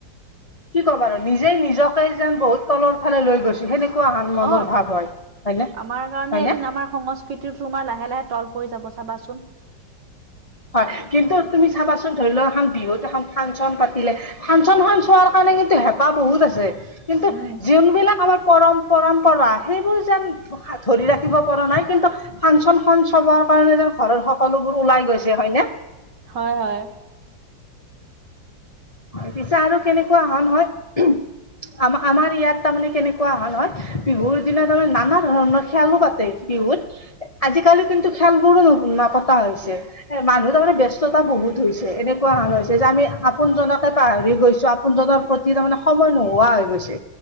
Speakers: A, on the left; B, on the right.
A: কি ক'ম আৰু নিজে নিজকে যেন বহুত তলৰ ফালে লৈ গৈছো সেনেকুৱা আন মনৰ
B: অ
A: ভাৱ হয় হয়নে?
B: আমাৰ কাৰণে
A: হয়নে?
B: এদিন আমাৰ সংস্কৃতিটো তোমাৰ লাহে লাহে তল পৰি যাব চাবাচোন
A: হয় কিন্তু তুমি চাবাচোন ধৰি লও এখন বিহুত এখন ফাংচন পাতিলে ফাংচনখন চোৱাৰ কাৰণে কিন্তু হেঁপাহ বহুত আছে কিন্তু
B: উম
A: যোনবিলাক আমাৰ পৰম পৰম্পৰা সেইবোৰ যেন ধৰি ৰাখিব পৰা নাই কিন্তু ফাংচন খন চবৰ কাৰণে যে ঘৰৰ সকলোবোৰ ওলাই গৈছে হয়নে
B: হয় হয়
A: পিছে আৰু কেনেকোৱা হ নহয় আম আমাৰ ইয়াত তাৰমানে কেনেকোৱা হল হয় বিহুৰ দিনা তাৰমানে নানা ধৰণৰ খেলো পাতে বিহুত আজিকালি কিন্তু খেলবোৰো ন নাপতা হৈছে এ মানুহ তাৰ মানে ব্যস্ত তা বহুত হৈছে এনেকোৱা হণ হৈছে যে আমি আপোন জনকে পাহৰি গৈছো আপোনজনৰ প্ৰতি তাৰমানে সময় নোহোৱা হৈ গৈছে